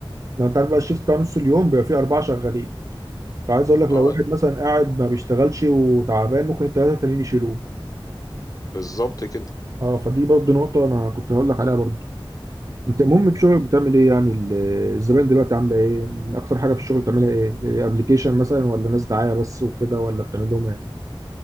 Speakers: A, on the right (about 40°); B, on the left (about 40°).
A: لو انت عارف بقى الشيفت بتاع نص اليوم بيبقى فيه اربعه شغالين انت عايز اقول لك لو
B: اه
A: واحد مثلا قاعد ما بيشتغلش وتعبان ممكن الثلاثه التانيين يشيلوه
B: بالظبط كده
A: اه فدي برضه نقطه انا كنت هقول لك عليها برضه انت المهم في شغلك بتعمل ايه يعني ال- الزباين دلوقتي عامله ايه اكتر حاجه في الشغل بتعملها ايه ابلكيشن مثلا ولا ناس دعايه بس وكده ولا بتعمل لهم ايه